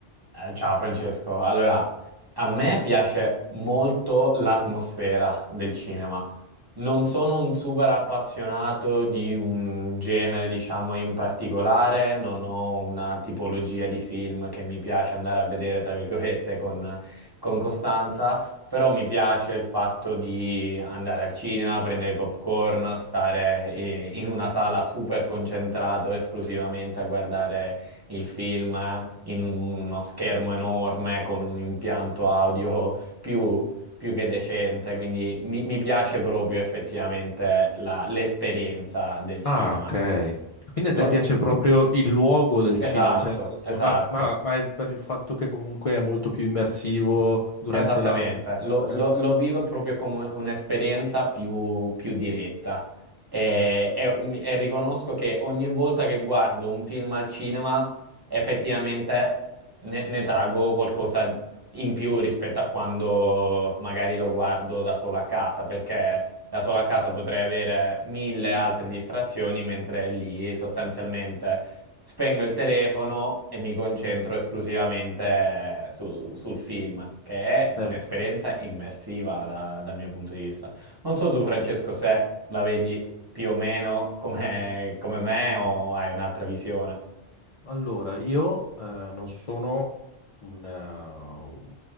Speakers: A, on the right; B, on the left.
A: Eh, ciao Francesco, allora a me piace molto l'atmosfera del cinema. Non sono un super appassionato di un genere, diciamo, in particolare, non ho una tipologia di film che mi piace andare a vedere, tra virgolette, con, con costanza, però mi piace il fatto di andare al cinema, prendere i popcorn, stare eh, in una sala super concentrato esclusivamente a guardare il film in uno schermo enorme con un impianto audio più, più che decente, quindi mi, mi piace proprio effettivamente la- l'esperienza del cinema.
B: Ah, ok. Quindi a
A: No?
B: te piace proprio il luogo del cinema,
A: Esatto,
B: cioè nel senso,
A: esatto.
B: ma, ma- ma è per il fatto che comunque è molto più immersivo durante
A: Esattamente,
B: la riproduzione?
A: lo, lo-
B: eh?
A: lo vivo proprio come un'esperienza più, più diretta e, e- e riconosco che ogni volta che guardo un film al cinema effettivamente ne, ne traggo qualcosa in più rispetto a quando magari lo guardo da solo a casa, perché da solo a casa potrei avere mille altre distrazioni, mentre lì sostanzialmente Spengo il telefono e mi concentro esclusivamente su- sul film, che è
B: Certo.
A: un'esperienza immersiva da- dal mio punto di vista. Non so tu, Francesco, se la vedi più o meno come, come me o hai un'altra visione. <laughs>
B: Allora, io eh, non sono un... eh,